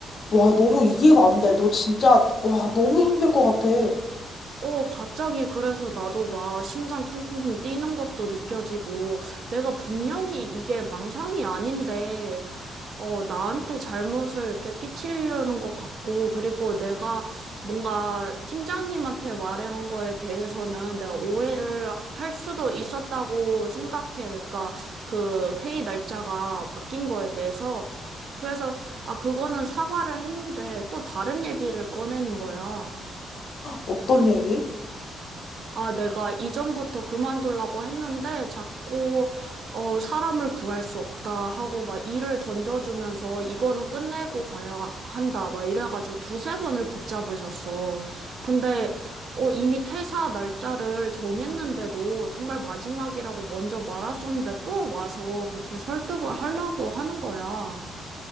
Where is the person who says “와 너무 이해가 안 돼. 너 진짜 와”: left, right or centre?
Left